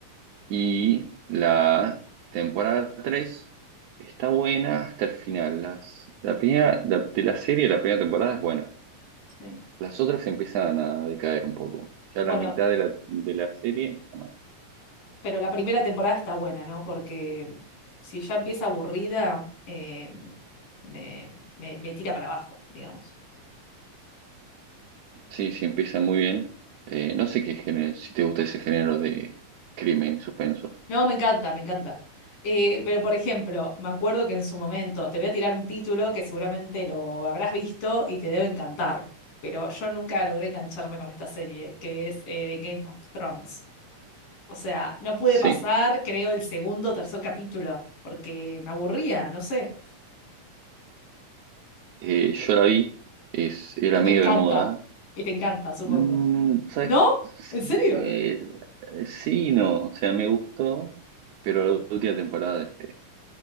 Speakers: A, on the right; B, on the left.
A: Y la temporada 3 está buena hasta el final. Las, la primera, la- de la serie, la primera temporada es buena.
B: Sí.
A: Las otras empiezan a decaer un poco. Ya
B: Bueno,
A: la mitad de la, de la serie empieza mal.
B: pero la primera temporada está buena, ¿no? Porque si ya empieza aburrida, eh, me, me- me tira para abajo, digamos.
A: Sí, sí, empieza muy bien. Eh, no sé qué género, si te gusta ese género de crimen y suspenso.
B: No, me encanta, me encanta. Eh, pero por ejemplo, me acuerdo que en su momento te voy a tirar un título que seguramente lo habrás visto y te debe encantar, pero yo nunca logré engancharme con esta serie, que es eh, Game of Thrones. O sea, no pude
A: Sí,
B: pasar, creo, el segundo o tercer capítulo, porque me aburría, no sé.
A: eh, yo la vi, es, era
B: Y
A: medio
B: te encanta,
A: de moda.
B: y te encanta, supongo.
A: Mm, o sea,
B: ¿No?
A: sí,
B: ¿En serio?
A: eh, sí y no, o sea, me gustó, pero la última temporada dejé.